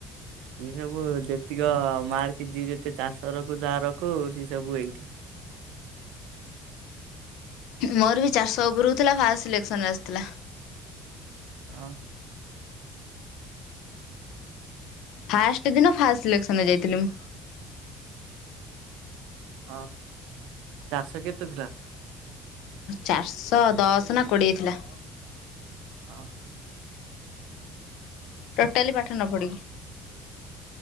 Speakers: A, on the right; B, on the left.
A: ସବୁ ଯେତିକ ମାର୍କ ଯିଏ ଯେତେ ଚାଷ ରଖୁ ତା ରଖୁ ସେ ସବୁ ଏଇଠି
B: ମୋର ବି ଚାରିଶହ ଉପରକୁ ଥିଲା ଫାଷ୍ଟ ସିଲେକ୍ସନରେ ଆସିଥିଲା।
A: ହଁ
B: ଫାଷ୍ଟ ଦିନ ଫାଷ୍ଟ ସିଲେକ୍ସନ ଯାଇଥିଲି ମୁଁ।
A: ଅ ଚାଷ କେତେ ଥିଲା?
B: ଚାରିଶହ ଦଶ ନା କୋଡ଼ିଏ ଥିଲା।
A: ଓହ
B: ଟୋଟାଲି ପାଠ ନ ପଢିକି।